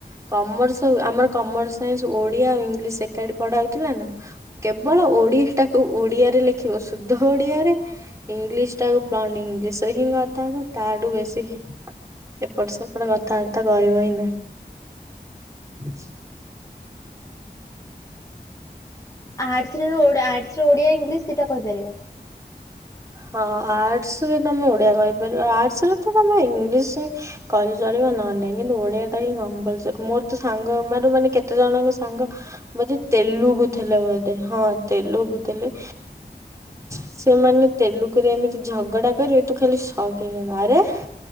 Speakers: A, on the right (about 20°); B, on the left (about 20°).
A: କମର୍ସ ସବୁ, ଆମର କମର୍ସ ସାଇନ୍ସ ଓଡିଆ ଆଉ ଇଂଲିଶ ଏକାଠି ପଢ଼ା ହଉଥିଲାନା। କେବଳ ଓଡିଆ ଟାକୁ ଓଡିଆରେ ଲେଖିବ ସୁ ଧ ଓଡିଆରେ ଇଂଲିଶ ଟାକୁ ଫ୍ରଣ୍ଟ୍ ଇଂଲିଶରେ ହିଁ କଥା ହବ ତାଠୁ ବେଶୀ ଏପଟ ସେପଟ କଥାବାର୍ତ୍ତା କହିବ ହିଁ ନାଇଁ।
B: ଆର୍ଟସ୍ ରେ ଓ-ଆର୍ଟସରେ ଓଡିଆ ଇଂଲିଶ ଦିଇଟା କହିପାରିବ।
A: ହଁ ଆର୍ଟସରେ ତମେ ଓଡ଼ିଆ କହିପାରିବ। ଆର୍ଟସରେ ତ ତମେ ଇଂଲିଶ କଲେ ଚଳିବ ନହେଲେ ନାହିଁ। କିନ୍ତୁ ଓଡିଆଟା ହିଁ କମ୍ପଲସରୀ। ମୋର ତ ସାଙ୍ଗ ମାରୁ-ମାନେ କେତେ ଜଣଙ୍କ ସାଙ୍ଗ ବୋଧେ ତେଲୁକୁଥିଲେ ବୋଧେ ହଁ ତେଲକୁଥିଲେ। ସେମାନେ ତେଲୁଗୁରେ ଏମିତି ଝଗଡା କରିବି ତୁ ଖାଲି ଶକ ହେଇଗଲେ ଆରେ